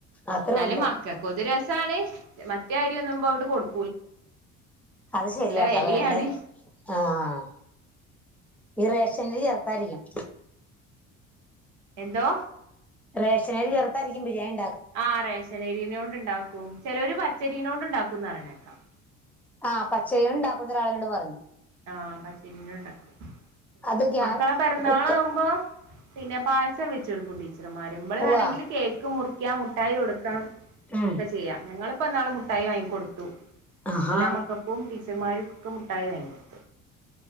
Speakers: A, in the centre; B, on the right (about 45°).
A: അത്രേ
B: എന്നാലും
A: ഉള്ളൂ
B: മക്കൾക്ക് ഒരു രസാണ് മറ്റ അരി ഒന്നുമ്പോ അവിടെ കൊടുക്കും
A: അത് ശരിയാട്ടാ
B: വിലയാണ്
A: വെള്ള ആ ആ. ഈ റേഷനരി ചേർത്താരിക്കും
B: എന്തോ
A: റേഷനരി ചേർത്തായിരിക്കും ബി രിയാണി
B: ആ റേഷനരിനൊണ്ട് ഉണ്ടാക്കും. ചെലൊര് പച്ച ച്ചരിനോണ്ട് ഉണ്ടാക്കുംന്ന് പ റയണേക്കാം
A: ആ പച്ചരി ഉണ്ടാക്കുന്ന ഒരാളിനോട് പറഞ്ഞു
B: ആ പച്ചരിനോട് ഉണ്ടാക്കും. പിന്നെ
A: അത് ഗ്യാ
B: മക്കളെ പിറന്നാളാവുമ്പോ
A: കുക്ക്
B: പിന്നെ പായസം വെച്ചെടുക്കണ്ടി വന്മാര് മ്മള്
A: ഉവ്വാ
B: വേണമെങ്കിൽ കേക്ക് മുറി ക്യാ മുട്ടായി കൊടുക്കാം
A: ഉം
B: ഒക്കെ ചെയ്യാം ഞങ്ങളിപ്പോ ഇന്നാള് മുട്ടായി വാങ്ങിക്കൊടുത്തു
A: ആഹാ
B: എല്ലാ മക്കൾക്കും ടീച്ചർമാരും ക്ക് മുട്ടായി വാങ്ങി കൊ